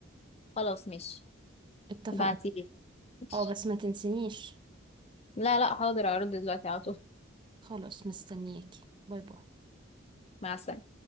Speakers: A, on the left; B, on the right.
A: خلاص ماشي
B: اتفقنا
A: ابعتيلي ماشي.
B: اه بس ما تنسينيش
A: لا لا حاضر اعرض دلوقتي على طول
B: خلاص مستنياكي باي باي
A: مع السلامة